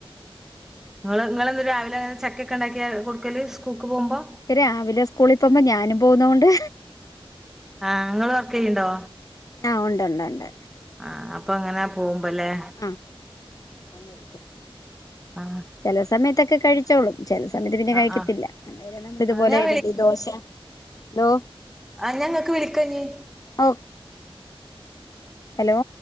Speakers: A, in the centre; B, on the left.
A: ഇങ്ങള് ഇങ്ങള് ന്ന് രാവിലെ ചക്കക്കെ ഇണ്ടാക്കിയ കൊട്ക്കല് സ്കൂക്ക് പോമ്പം
B: രാവിലെ സ്കൂളി പോമ്പം ഞാനും പോവുന്നോണ്ട്
A: ആഹ് ഇങ്ങള് വർക്കെയ്യ്ണ്ടോ
B: ആഹ് ഉണ്ട്ണ്ട്ണ്ട്
A: ആഹ് അപ്പൊ അങ്ങനെ പോമ്പല്ലേ
B: ആഹ്
A: ആ
B: ചെല സമയത്തൊക്കെ കഴിച്ചോളും ചെല സമയത്ത് പിന്നെ
A: ആ
B: കഴിക്കത്തില്ല
A: ആ
B: ഇതുപോലെ
A: ആ ഞാൻ
B: ഇഡലി, ദോശ ദോ
A: ആഹ് ഞാ ങ്ങക്ക് വിളിക്കാഞ്ഞ്‌
B: ഓഹ് ഹലോ